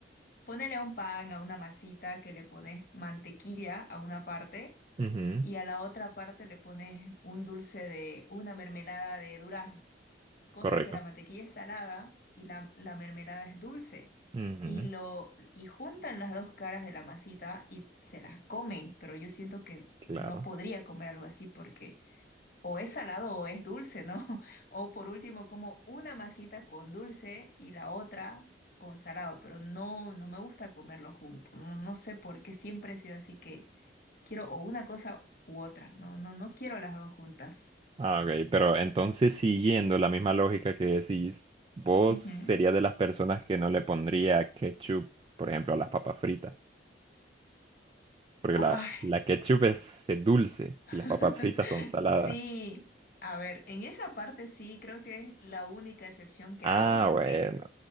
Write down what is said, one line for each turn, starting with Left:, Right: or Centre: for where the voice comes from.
Left: ponerle a un pan, a una masita, que le pones mantequilla a una parte
Right: ujú,
Left: y a la otra parte le pones un dulce de, una mermelada de durazno. cosa
Right: correcto.
Left: que la mantequilla es salada y la, la mermelada es dulce.
Right: Ujú,
Left: Y lo, y juntan las dos caras de la masita y se las comen, pero yo siento que
Right: claro.
Left: no podría comer algo así porque o es salado o es dulce, ¿no? <laughs> O por último, como una masita con dulce y la otra con salado, pero no, no me gusta comerlo junto. No, no sé por qué siempre he sido así que quiero o una cosa u otra. No, no, no quiero las dos juntas.
Right: Ah, ok, pero entonces siguiendo la misma lógica que decís, vos
Left: Ujú.
Right: serías de las personas que no le pondría ketchup, por ejemplo, a las papas fritas. Porque
Left: Ay.
Right: la, la ketchup es eh, dulce
Left: <laughs>
Right: y las papas fritas son saladas.
Left: Sí, a ver, en esa parte sí creo que es la única excepción que
Right: Ah,
Left: hago porque
Right: bueno.